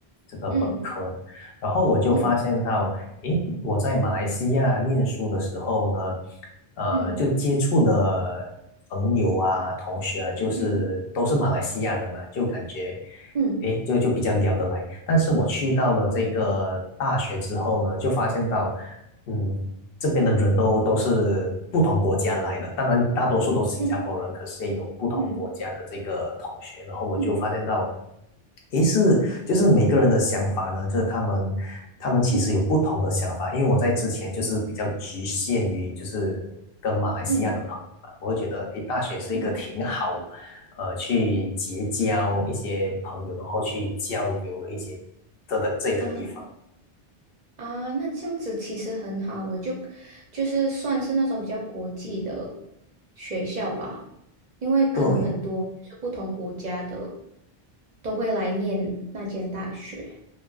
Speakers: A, on the left; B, on the right.
A: 这个本科，
B: 嗯
A: 然后我就发现到，
B: 嗯
A: 诶，我在马来西亚念书的时候呢，呃，
B: 嗯
A: 就接触的朋友啊、同学啊，就是都是马来西亚人嘛，
B: 嗯
A: 就感觉。
B: 嗯
A: 诶，就就比较聊得来。但是我去到了这个大学之后呢，
B: 嗯
A: 就发现到，嗯，这边的人都都是不同国家来的，当然大多数都是新加坡人，
B: 嗯
A: 可是也有不同国家的这个同学。
B: 嗯嗯
A: 然后我就发现到，
B: 嗯
A: 诶，是就是每个人的想法呢，就是他们他们其实有不同的想法。
B: 嗯
A: 因为我在之前就是比较局限于就是跟马来西亚的朋友嘛，
B: 嗯嗯
A: 我会觉得诶，大学是一个挺好
B: 嗯
A: 呃去结交一些朋友，然后去交流的一些这的这一个地方。
B: 啊啊，那这样子其实很好诶，就就是算是那种比较国际的学校吧，因为可能很多就是不同国家的
A: 对，
B: 都会来念那间大学。